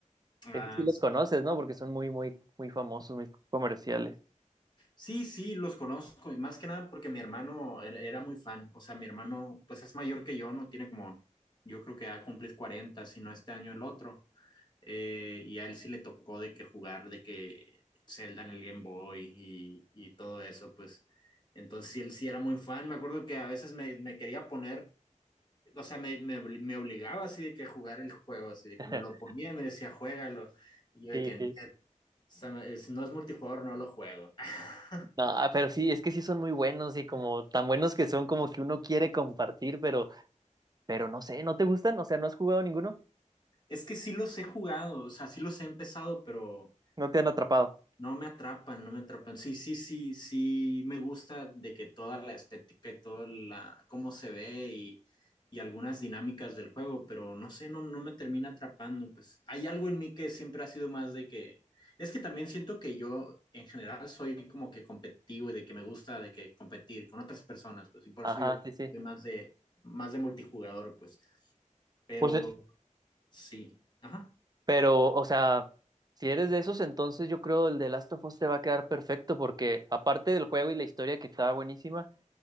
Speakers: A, on the left (about 35°); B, on the right (about 30°).
A: Ah,
B: Estos sí los
A: Sí.
B: conoces, ¿no? Porque son muy muy muy famosos, muy comerciales.
A: sí, sí, los conozco. y Más que nada porque mi hermano era, era muy fan. O sea, mi hermano, pues es mayor que yo, ¿no? Tiene como, yo creo que va a cumplir 40 si no este año el otro. Eh, y a él sí le tocó de que jugar, de que Zelda en el Game Boy y, y todo eso, pues. Entonces, sí, él sí era muy fan. Me acuerdo que a veces me, me quería poner. o sea, me, me, obli- me obligaba así de que a jugar el juego, así de
B: <laughs>
A: que me lo ponía y me decía, juégalo. Y yo
B: Sí,
A: de que, "Eh,
B: sí.
A: o sea, eh, si no es multijugador, no lo juego. <laughs>
B: No, pero sí, es que sí son muy buenos y como tan buenos que son como que uno quiere compartir, pero pero no sé, ¿no te gustan? O sea, ¿no has jugado ninguno?
A: Es que sí los he jugado, o sea, sí los he empezado, pero
B: No te han atrapado.
A: No me atrapan, no me atrapan. Sí, sí, sí, sí, me gusta de que toda la estética y toda la, cómo se ve y, y algunas dinámicas del juego, pero no sé, no, no me termina atrapando. Pues hay algo en mí que siempre ha sido más de que, es que también siento que yo en general soy como que competitivo y de que me gusta de que competir con otras personas, pues, y por
B: Ajá,
A: eso yo
B: sí, sí.
A: soy más de, más de multijugador, pues, pero
B: Pues, eh,
A: sí, ajá,
B: pero, o sea, si eres de esos, entonces yo creo el de Last of Us te va a quedar perfecto, porque aparte del juego y la historia que estaba buenísima,